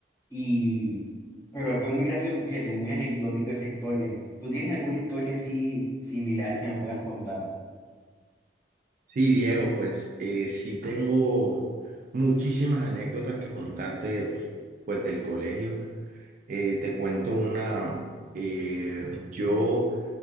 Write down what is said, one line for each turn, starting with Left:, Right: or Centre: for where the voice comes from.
Left: y, pero fue muy gracioso, fíjate, muy anecdótico esa historia. ¿Tú tienes alguna historia así similar que me puedas contar?
Right: Sí, Diego, pues eh, sí tengo muchísimas anécdotas que contarte, pues del colegio. Eh, te cuento una, eh, yo